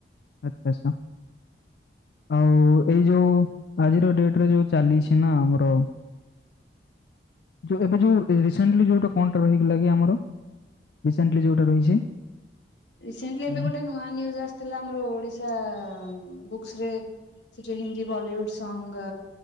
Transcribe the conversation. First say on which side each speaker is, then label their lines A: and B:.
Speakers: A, on the left; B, on the left.
A: <unintelligible> ଆଉ ଏଇ ଯୋଉ ଆଜିର ଡେଟ ରେ ଯୋଉ ଚାଲିଛି ନା ଆମର ଯୋଉ ଏବେ ଯୋଉ ଏ ରିସେଣ୍ଟଲି ଯୋଉଟା କଣ୍ ଟା ରହିଗଲା କି ଆମର? ରିସଣ୍ଟଲି ଯୋଉଟା ରହିଛି?
B: ରିସେଣ୍ଟଲି ଏବେ
A: ଅ
B: ଗୋଟେ ନୂଆ ନ୍ୟୁଜ ଆ ସ୍‌ଥିଲା ଆମର ଓଡିଶା ବୁକ୍ସରେ। ସେ ଯେଉ ହିନ୍ଦୀ ବଲିଉୁଡ ସଙ୍ଗ